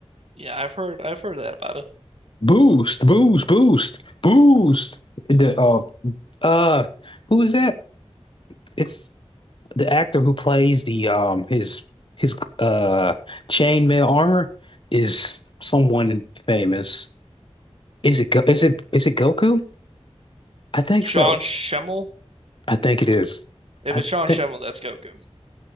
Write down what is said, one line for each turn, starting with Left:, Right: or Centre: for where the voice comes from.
Right: Yeah, I've heard. I've heard that about it.
Left: Boost, boost, boost, boost. The uh, uh, who is that? It's the actor who plays the um his his uh chainmail armor is someone famous. Is it Go is it is it Goku? I think
Right: Sean
Left: so.
Right: Schemmel.
Left: I think it is.
Right: If
Left: I
Right: it's Sean
Left: think.
Right: Schemmel, that's Goku.